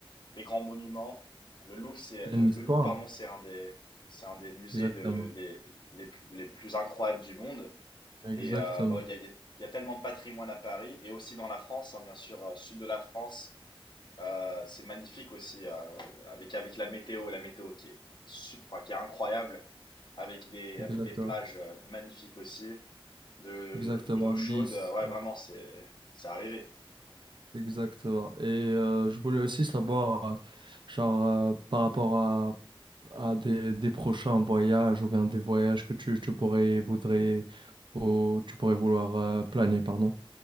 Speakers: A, on the left; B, on the right.
A: des grands monuments. Le Louvre, c'est
B: il
A: le,
B: y a une
A: le
B: histoire.
A: Louvre, pardon, c'est un des c'est un des musées
B: Exactement,
A: le- les, les, plus- les plus incroyables du monde.
B: exactement,
A: Et euh, bon, il y a, il y a- il y a tellement de patrimoine à Paris et aussi dans la France, hein, bien sûr, euh, sud de la France, euh, c'est magnifique aussi euh, avec avec la météo, la météo qui est sup- enfin, qui est incroyable, avec des
B: exactement,
A: avec des plages euh, magnifiques aussi, de
B: exactement.
A: une eau chaude,
B: Nice,
A: euh, ouais, vraiment, c'est c'est arrivé.
B: exactement. Et euh, je voulais aussi savoir, euh, genre, euh, par rapport à, à des, des prochains voyages ou bien des voyages que tu, tu pourrais, voudrais, ou tu pourrais vouloir euh, planer, pardon,